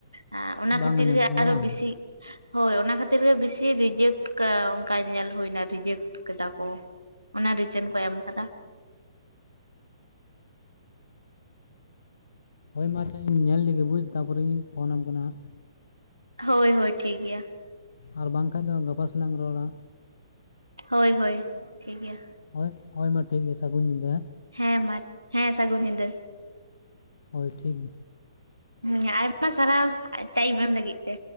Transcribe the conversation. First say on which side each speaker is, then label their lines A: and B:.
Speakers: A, on the right; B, on the left.
A: ᱮ ᱚᱱᱟ
B: ᱵᱟᱝ
A: ᱠᱷᱟᱹᱛᱤᱨ
B: ᱟᱸᱡᱚᱢᱚᱜ
A: ᱜᱮ
B: ᱠᱟᱱᱟ
A: ᱟᱨ
B: ᱵᱟᱝ
A: ᱵᱮᱥᱤ ᱦᱚᱭ ᱚᱱᱟ ᱠᱷᱟᱹᱛᱤᱨ ᱜᱮ ᱵᱤᱥᱤ ᱨᱤᱡᱮᱠᱴ ᱠᱟᱭ ᱚᱱᱠᱟ ᱧᱮᱞ ᱦᱩᱭᱱᱟ ᱨᱤᱡᱮᱠᱴ ᱠᱟᱫᱟ ᱠᱚ ᱾ ᱚᱱᱟ ᱨᱤᱡᱮᱱ ᱠᱚ ᱮᱢ ᱠᱟᱫᱟ ᱾
B: ᱦᱚᱭ ᱢᱟ ᱟᱪᱪᱷᱟ ᱤᱧ ᱧᱮᱞ ᱞᱮᱜᱮ ᱵᱩᱡᱽ ᱛᱟᱨᱯᱚᱨᱮᱧ ᱯᱷᱚᱱᱟᱢ ᱠᱟᱱᱟ ᱦᱟᱸᱜ
A: ᱦᱚᱭ ᱦᱚᱭ ᱴᱷᱤᱠ ᱜᱮᱭᱟ ᱾
B: ᱟᱨ ᱵᱟᱝᱠᱷᱟᱱ ᱫᱚ ᱜᱟᱯᱟ ᱥᱮᱜᱼᱞᱟᱝ ᱨᱚᱲᱟ?
A: ᱦᱚᱭ ᱦᱚᱭ ᱴᱷᱤᱠ ᱜᱮᱭᱟ
B: ᱦᱚᱭ ᱦᱚᱭ ᱢᱟ ᱴᱷᱤᱠ ᱜᱮᱭᱟ ᱥᱟᱹᱜᱩᱱ ᱧᱤᱫᱟᱹ ᱦᱮᱸ
A: ᱦᱮᱸ ᱢᱟ ᱦᱮᱸ ᱥᱟᱹᱜᱩᱱ ᱧᱤᱫᱟᱹ
B: ᱦᱳᱭ ᱴᱷᱤᱠ
A: ᱦᱮᱸ ᱟᱭᱢᱟ ᱥᱟᱨᱦᱟᱣ ᱴᱟᱭᱤᱢ ᱮᱢ ᱞᱟᱹᱜᱤᱫ ᱛᱮ